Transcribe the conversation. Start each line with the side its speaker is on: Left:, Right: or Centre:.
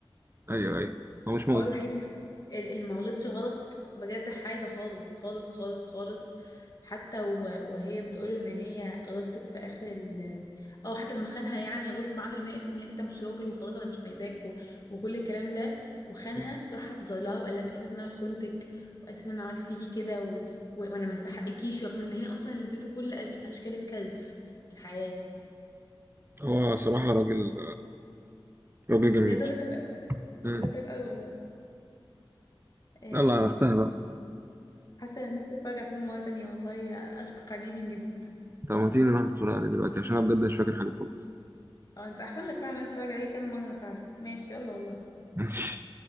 Right: ايوه ايوه هو مش مؤذي
Left: هو الوحيد
Right: فعلا
Left: اللي اللي ما غلطش غلط بجد حاجة خالص خالص خالص خالص حتى و- وهي بتقوله ان هي غلطت في اخر ال او حتى لما خانها يعني غصب عنه لما هي قالت له ان انت مش راجل وخلاص انا مش عايزاك و... وكل الكلام ده وخانها
Right: مم.
Left: راح اعتذر لها وقال لها انا اسف ان انا خنتك واسف ان انا عملت فيكي كده و... و- وانا ما استحقكيش رغم ان هي اصلا اللي اديته كل أش... اشكال الكلف في الحياة
Right: هو صراحة راجل راجل جميل
Left: بجد راجل طيب قوي
Right: مم.
Left: راجل طيب قوي والله آه،
Right: يلا اختها بقى
Left: حاسه ان نفسي اتفرج على فيلم مره تانية والله اشفق عليه من جديد
Right: طب ما تيجي نروح نتفرج عليه دلوقتي عشان انا بجد مش فاكر حاجة خالص
Left: اه انت احسن لك فعلا إن أنا اتفرج عليه كام مره فعلا ماشي يلا والله
Right: ماشي